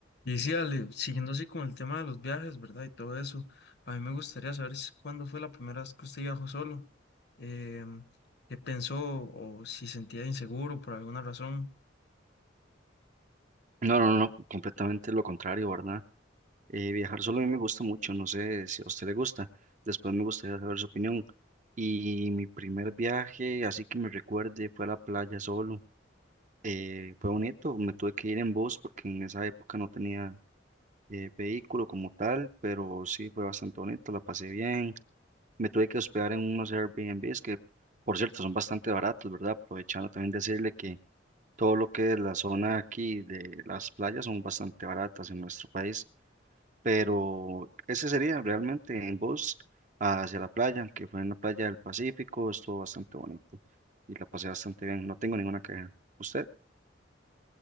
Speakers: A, on the left; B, on the right.
A: Y sí, Ale, siguiendo así con el tema de los viajes, ¿verdad? Y todo eso, a mí me gustaría saber si- cuándo fue la primera vez que usted viajó solo, em, qué pensó o si sentía inseguro por alguna razón.
B: No, no, no, completamente lo contrario, ¿verdad? Eh, viajar solo a mí me gusta mucho, no sé si a usted le gusta. Después me gustaría saber su opinión. Y mi primer viaje, así que me recuerde, fue a la playa solo. Eh, fue bonito, me tuve que ir en bus porque en esa época no tenía eh, vehículo como tal, pero sí fue bastante bonito, la pasé bien. Me tuve que hospedar en unos Airbnbs que, por cierto, son bastante baratos, ¿verdad? Aprovechando también decirle que todo lo que es la zona aquí de las playas son bastante baratas en nuestro país, pero ese sería realmente en bus hacia la playa, que fue en la playa del Pacífico, estuvo bastante bonito y la pasé bastante bien, no tengo ninguna queja. ¿Usted?